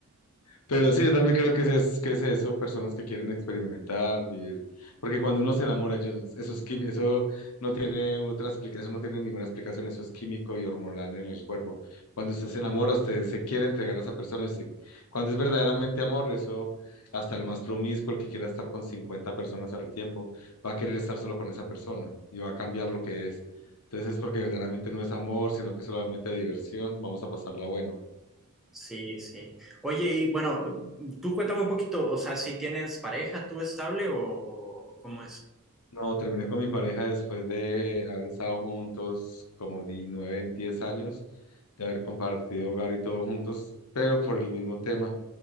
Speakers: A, on the left (about 80°); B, in the centre.
A: Pero sí, yo también creo que es, es- que es eso, personas que quieren experimentar, vivir. Porque cuando uno se enamora, yo- eso es quimi- eso no tiene otra explicación, eso no tiene ninguna explicación, eso es químico y hormonal en el cuerpo. Cuando usted se enamora, usted se quiere entregar a esa persona. y se- cuando es verdaderamente amor, eso hasta el más promiscuo, el que quiera estar con 50 personas al tiempo, va a querer estar solo con esa persona y va a cambiar lo que es. Entonces es porque verdaderamente no es amor, sino que es solamente diversión. Vamos a pasarla bueno.
B: Sí, sí. Oye, y bueno, tú cuéntame un poquito, o sea, si tienes pareja tú estable o, o- o cómo es.
A: No, terminé con mi pareja después de haber estado juntos como 9, 10 años, de haber compartido hogar y todo juntos, pero por el mismo tema,